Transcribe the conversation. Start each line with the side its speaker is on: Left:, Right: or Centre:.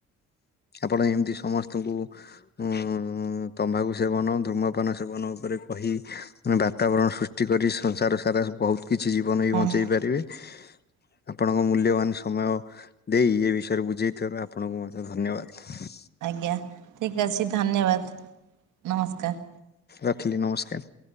Left: ଆପଣ ଏମିତି ସମସ୍ତଙ୍କୁ ଉଁ ତମ୍ବାଖୁ ସେବନ ଧୂମପାନ ସେବନ ଉପରେ କହିମାନେ ବାତାବରଣ ସୃଷ୍ଟି କରି ସଂସାର ସାରା ବହୁତ କିଛି ଜୀବନ ବି
Right: ହଁ
Left: ବଞ୍ଚେଇ ପାରିବେ।
Right: <unintelligible>
Left: ଆପଣଙ୍କ ମୂଲ୍ୟବାନ ସମୟ ଦେଇ ଏ ବିଷୟରେ ବୁଝେଇଥିବାରୁ ଆପଣଙ୍କୁ ମଧ୍ୟ ଧନ୍ୟବାଦ।
Right: ଆଜ୍ଞା ଠିକ୍ ଅଛି ଧନ୍ୟବାଦ ନମସ୍କାର।
Left: ରଖିଲି ନମସ୍କାର।